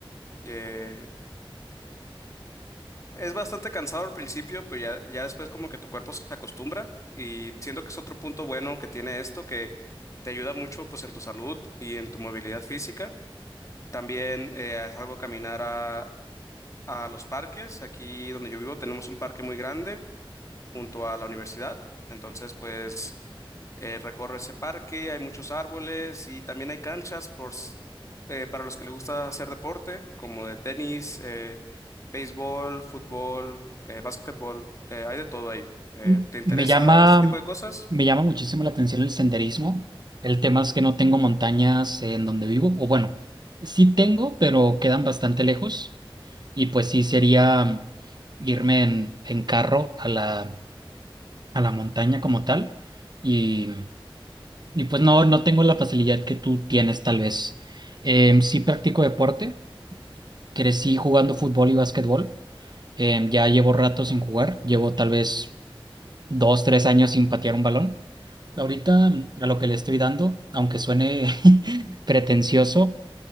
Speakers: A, on the left; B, on the right.
A: eh, Es bastante cansado al principio, pero ya, ya después como que tu cuerpo se acostumbra y siento que es otro punto bueno que tiene esto, que te ayuda mucho pues en tu salud y en tu movilidad física. También eh, es algo caminar a, a los parques. Aquí donde yo vivo tenemos un parque muy grande junto a la universidad. Entonces, pues eh, recorro ese parque, hay muchos árboles y también hay canchas por, s- eh, para los que les gusta hacer deporte, como de tenis, eh, béisbol, fútbol, eh, básquetbol, eh, hay de todo ahí. Eh,
B: M-
A: ¿te interesa
B: Me llama,
A: este tipo de cosas?
B: me llama muchísimo la atención el senderismo. El tema es que no tengo montañas en donde vivo, o bueno, sí tengo, pero quedan bastante lejos. Y pues sí sería irme en, en carro a la, a la montaña como tal. y Y pues no, no tengo la facilidad que tú tienes, tal vez. Em, sí practico deporte, crecí jugando fútbol y básquetbol. Em, ya llevo rato sin jugar, llevo tal vez dos, tres años sin patear un balón. Ahorita mm, a lo que le estoy dando, aunque suene <laughs> pretencioso